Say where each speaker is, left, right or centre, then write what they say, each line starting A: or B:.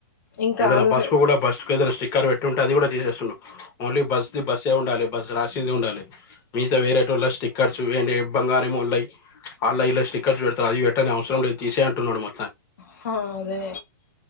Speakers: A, on the left (about 50°); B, on the left (about 25°).
A: ఇంకా
B: ఏదైనా
A: ఆంధ్ర
B: బస్
A: సైడ్
B: కు కూడా బస్ ఏదైనా స్టిక్కర్ పెట్టి ఉంటే అది కూడా తీసేస్తుండు ఓన్లీ బస్ బస్స్ ఉండాలి బస్ రాసింది ఉండాలి మీగత వేరేటోళ్ళ స్టిక్కర్ చ్చు బంగారమొళ్ళయి ఆన్లైన్ లస్టిక్కర్స్ పెడతారు అది పెట్టని అవసరం లేదు తీసై అంటున్నాడు మ
A: హ అదే